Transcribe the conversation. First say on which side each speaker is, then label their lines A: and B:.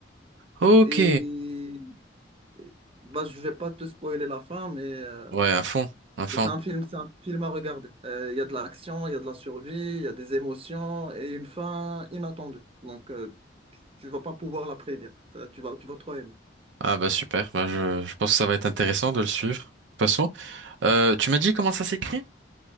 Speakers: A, on the right; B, on the right.
A: Ok.
B: Et et- bah, je vais pas te spoiler la fin, mais euh,
A: Ouais, à fond, à fond.
B: c'est un film, c'est un film à regarder. Euh, Il y a de l'action, il y a de la survie, il y a des émotions et une fin inattendue. Donc, euh, Tu vas pas pouvoir la prédire. Ça, tu vas, tu vas trop aimer.
A: Ah bah super, bah je, je pense que ça va être intéressant de le suivre. De toute façon, euh, tu m'as dit comment ça s'écrit?